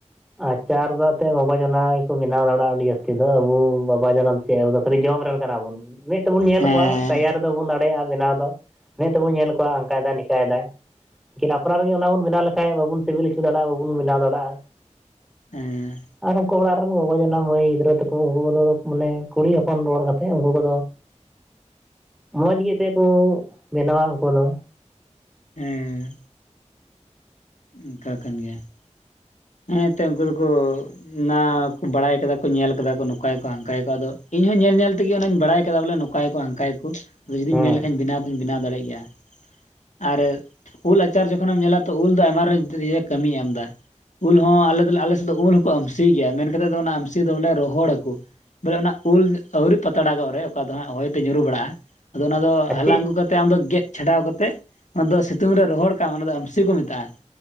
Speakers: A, in the centre; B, on the left.
A: ᱟᱪᱟᱨ ᱫᱚ ᱮᱱᱛᱮᱜ ᱜᱚᱜᱚ ᱡᱚᱱᱟ ᱜᱮᱠᱚ ᱵᱮᱱᱟᱣ ᱫᱟᱲᱮᱭᱟᱜᱼᱟ ᱟᱹᱰᱤ ᱡᱟᱹᱥᱛᱤ ᱫᱚ ᱟᱵᱚ ᱵᱟᱵᱟ ᱡᱚᱱᱟ ᱪᱮᱫ ᱟᱫᱚ ᱠᱷᱟᱹᱞᱤ ᱡᱚᱢ ᱨᱮᱱ ᱠᱟᱱᱟ ᱵᱚᱱ ᱢᱮᱫ ᱛᱮᱵᱚᱱ ᱧᱮᱞ
B: ᱦᱮᱸ
A: ᱠᱚᱣᱟ ᱛᱮᱭᱟᱨ ᱵᱟᱵᱚᱱ ᱫᱟᱲᱮᱭᱟᱜᱼᱟ ᱵᱮᱱᱟᱣ ᱫᱚ ᱢᱮᱫ ᱛᱮᱵᱚᱱ ᱧᱮᱞ ᱠᱚᱣᱟ ᱚᱝᱠᱟᱭ ᱫᱟᱭ ᱱᱤᱝᱠᱟᱭ ᱫᱟᱭ ᱾ ᱠᱤᱱ ᱟᱯᱱᱟᱨᱜᱮ ᱚᱱᱟ ᱵᱚᱱ ᱵᱮᱱᱟᱣ ᱞᱮᱠᱷᱟᱡᱽ ᱵᱟᱵᱚᱱ ᱥᱤᱵᱤᱞ ᱦᱚᱪᱚ ᱫᱟᱲᱮᱭᱟᱜᱼᱟ ᱵᱟᱵᱚᱱ ᱵᱮᱱᱟᱣ ᱫᱟᱲᱮᱭᱟᱜᱼᱟ ᱾
B: ᱦᱮᱸ
A: ᱟᱨ ᱩᱱᱠᱩ ᱚᱲᱟᱜ ᱨᱮᱱ ᱜᱚᱜᱚ ᱡᱚᱱᱟ ᱢᱟᱹᱭ ᱜᱤᱫᱽᱨᱟᱹ ᱛᱟᱠᱚ ᱩᱱᱠᱩ ᱠᱚᱫᱚ ᱢᱟᱱᱮ ᱠᱩᱲᱤ ᱦᱚᱯᱚᱱ ᱨᱚᱲ ᱠᱟᱛᱮᱫ ᱩᱱᱠᱩ ᱠᱚᱫᱚ ᱢᱚᱡᱽ ᱜᱮᱛᱮ ᱠᱚ ᱵᱮᱱᱟᱣᱟ ᱩᱱᱠᱩ ᱫᱚ ᱾
B: ᱦᱮᱸ ᱾ ᱚᱱᱠᱟ ᱠᱟᱱ ᱜᱮᱭᱟ ᱾ ᱦᱮᱸ ᱛ ᱩᱱᱠᱩ ᱫᱚᱠᱚ ᱱᱟ ᱠᱚ ᱵᱟᱲᱟᱭ ᱠᱟᱫᱟ ᱠᱚ ᱧᱮᱞ ᱠᱟᱫᱟ ᱠᱚ ᱱᱚᱝᱟᱭᱟᱠᱚ ᱦᱟᱱᱠᱟᱭᱟᱠᱚ ᱟᱫᱚ ᱤᱧ ᱦᱚᱸ ᱧᱮᱞ ᱧᱮᱞ ᱛᱮᱜᱮ ᱚᱱᱟᱧ ᱵᱟᱲᱟᱭ ᱠᱟᱫᱟ ᱵᱚᱞᱮ ᱟᱝᱠᱟᱭᱟᱠᱚ ᱦᱟᱝᱠᱟᱭᱟᱠᱚ ᱟᱫᱚ ᱡᱩᱫᱤᱧ
A: ᱦᱮᱸ
B: ᱢᱮᱱ ᱞᱮᱠᱷᱟᱧ ᱵᱮᱱᱟᱣ ᱫᱩᱧ ᱵᱮᱱᱟᱣ ᱫᱟᱲᱮᱜ ᱜᱮᱭᱟ ᱾ ᱟᱨ ᱩᱞ ᱟᱪᱟᱨ ᱡᱚᱠᱷᱚᱱᱮᱢ ᱧᱮᱞᱟ ᱛᱚ ᱩᱞ ᱫᱚ ᱟᱭᱢᱟ <unintelligible> ᱠᱟᱹᱢᱤᱭ ᱮᱢ ᱫᱟ ᱾ ᱩᱞ ᱦᱚᱸ ᱟᱞᱮ ᱫᱚᱞᱮ ᱟᱞᱮ ᱥᱮᱫ ᱫᱚ ᱩᱞ ᱦᱚᱸᱠᱚ ᱟᱢᱥᱤ ᱜᱮᱭᱟ ᱢᱮᱱ ᱠᱟᱛᱮᱫ ᱫᱚ ᱚᱱᱟ ᱟᱢᱥᱤ ᱫᱚ ᱵᱚᱞᱮ ᱨᱚᱦᱚᱲ ᱟᱠᱚ ᱾ ᱵᱚᱞᱮ ᱚᱱᱟ ᱩᱞ ᱟᱣᱨᱤ ᱯᱟᱛᱲᱟᱜᱚᱼᱜ ᱨᱮ ᱚᱠᱟ ᱫᱚ ᱦᱟᱸᱜ ᱦᱚᱭᱛᱮ ᱧᱩᱨᱩ ᱵᱟᱲᱟᱜᱼᱟ ᱟᱫᱚ ᱚᱱᱟ ᱫᱚ
A: ᱟᱨ
B: ᱦᱟᱞᱟᱝ
A: ᱪᱮᱫ
B: ᱟᱹᱜᱩ ᱠᱟᱛᱮ ᱛᱮ ᱟᱢᱫᱚ ᱜᱮᱫ ᱪᱷᱟᱰᱟᱣ ᱠᱟᱛᱮᱫ ᱚᱱᱟ ᱫᱚ ᱥᱤᱛᱩᱝ ᱨᱮ ᱨᱚᱦᱚᱲ ᱠᱟᱜ ᱢᱮ ᱚᱱᱟ ᱫᱚ ᱟᱢᱥᱤ ᱠᱚ ᱢᱮᱛᱟᱜᱼᱟ ᱾